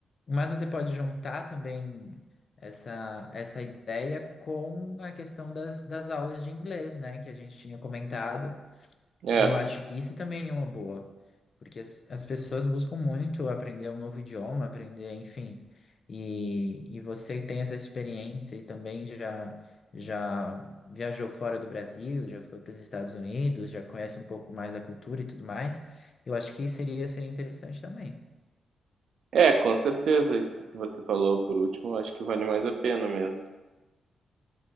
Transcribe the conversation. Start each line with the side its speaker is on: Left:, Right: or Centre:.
Left: mas você pode juntar também essa, essa ideia com a questão das, das aulas de inglês, né? Que a gente tinha comentado.
Right: é,
Left: Eu acho que isso também é uma boa, porque as, as pessoas buscam muito aprender um novo idioma, aprender, enfim. E, e você tem essa experiência e também já, já viajou fora do Brasil, já foi para os Estados Unidos, já conhece um pouco mais da cultura e tudo mais. Eu acho que seria, seria interessante também.
Right: é, com certeza, isso que você falou por último, acho que vale mais a pena mesmo.